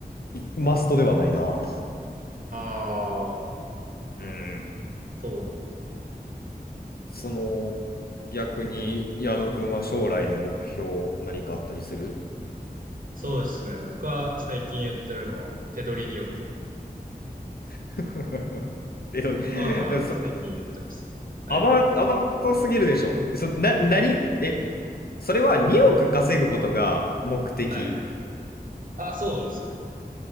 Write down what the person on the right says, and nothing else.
ああ、
そうなんだ。
なるほど。
そうですね。僕は最近言ってるのは、手取りによく
はまあ最近言ってますね。はい。
はい。あ、そうですね。